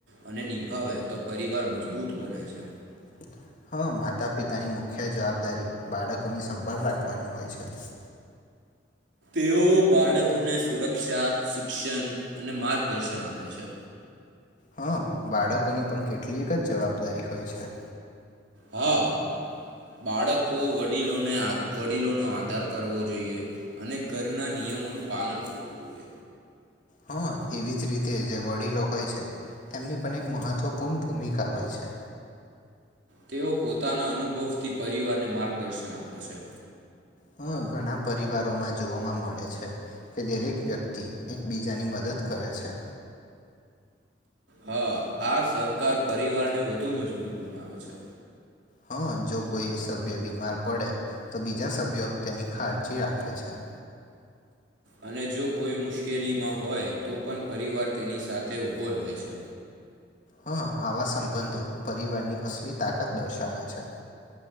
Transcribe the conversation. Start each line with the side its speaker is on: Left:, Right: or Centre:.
Right: અને નિભાવે તો પરિવાર મજબૂત બને છે
Left: <inaudible> હા માતાપિતાની મુખ્ય જવાબદારી બાળકોની સંભાળ રાખવાની હોય છે <inaudible>
Right: તેઓ બાળકોને સુરક્ષા શિક્ષણ અને માર્ગ દર્શન આપે છે
Left: હા બાળકોની પણ કેટલી એક જ જવાબદારી હોય છે
Right: હા બાળકો વડીલોને વડીલોનો આધાર કરવો જોઈએ અને ઘરના નિયમોનું પાલન કરવું જોઈએ
Left: હા એવી જ રીતે જે વડીલો હોય છે એમની પણ એક મહત્વપૂર્ણ ભૂમિકા હોય છે
Right: તેઓ પોતાના અનુભવથી પરિવારને માર્ગદર્શન આપે છે
Left: હ ઘણા પરિવારોમાં જોવાવામાં મળે છે કે દરેક વ્યક્તિ એકબીજાની મદદ કરે છે
Right: હા આ સહકાર પરિવારને વધુ મજબૂત બનાવે છે
Left: હા જો કોઈ સભ્ય બીમાર પડે તો બીજા સભ્યો તેની ખાળજી રાખે છે હ
Right: અને જો કોઈ મુશ્કેલીમાં હોય તો પણ પરિવાર તેની સાથે ઉઊભો રહે છે
Left: હ આવા સંબંધો પરિવારની અસલી તાકાત દર્શાવે છે